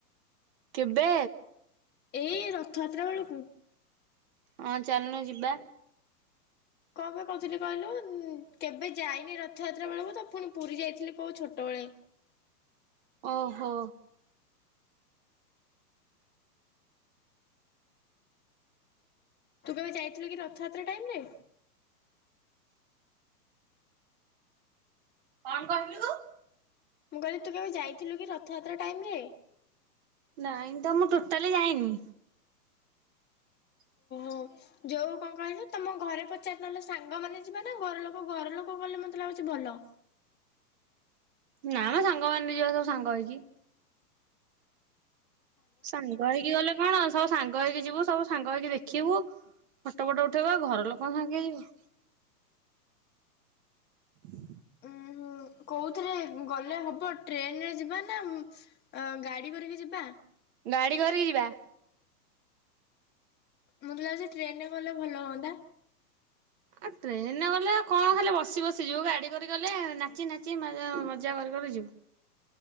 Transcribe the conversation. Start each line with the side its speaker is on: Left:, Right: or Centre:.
Right: କେବେ?
Left: ଏଇ ରଥଯାତ୍ରା ବେଳକୁ।
Right: ହଁ ଚାଲୁନୁ ଯିବା।
Left: କଣ୍ ପେ କହୁଥିଲି କହିଲୁ କେବେ ଯାଇନି ରଥଯାତ୍ରା ବେଳକୁ ତ ପୁଣି ପୁରୀ ଯାଇଥିଲି କଉ ଛୋଟବେଳେ।
Right: ଓହୋ।
Left: ତୁ କେବେ ଯାଇଥିଲୁ କି ରଥଯାତ୍ରା ଟାଇମ୍ ରେ?
Right: କଣ୍ କହିଲୁ?
Left: ମୁଁ କହିଲି ତୁ କେବେ ଯାଇଥିଲୁ କି ରଥଯାତ୍ରା ଟାଇମ୍ ରେ?
Right: ନାଇଁ ତ ମୁଁ ଟୋଟାଲି ଯାଇନି।
Left: ହଉ ଯଉ କଣ କହିଲୁ ତମ ଘରେ ପଚାର୍ ନହେଲେ ସାଙ୍ଗମାନେ ଯିବା ନା ଘର ଲୋକ ଘର ଲୋକ ଗଲେ ମତେ ଲାଗୁଚି ଭଲ।
Right: ନା ମ ସାଙ୍ଗମାନେ ଯିବା ସବୁ ସାଙ୍ଗ ହେଇକି। ସାଙ୍ଗ ହେଇକି ଗଲେ କଣ ସବୁ ସାଙ୍ଗ ହେଇକି ଯିବୁ ସବୁ ସାଙ୍ଗ ହେଇକି ଦେଖିବୁ ଫଟ ଫଟ ଉଠେଇବୁ ଆଉ ଘର ଲୋକଙ୍କ ସାଙ୍ଗେ କିଏ‌ ଯିବ। ହୁଁ
Left: <unintelligible> କଉଥିରେ ଗଲେ ହବ ଟ୍ରେନ୍ ରେ ଯିବା ନା ଅଁ- ଗାଡ଼ି କରିକି ଯିବା?
Right: ଗାଡ଼ି କରିକି ଯିବା।
Left: ମୋତେ ଲାଗୁଚି ଟ୍ରେନ୍ ରେ ଗଲେ ଭଲ ହଅନ୍ତା।
Right: ଆ ଟ୍ରେନ୍ ରେ ଗଲେ କଣ ଖାଲି ବସି ବସି ଯିବୁ ଗାଡ଼ି କରି ଗଲେ ନାଚି ନାଚି ମ-ମଜା କରିକରି ଯିବୁ।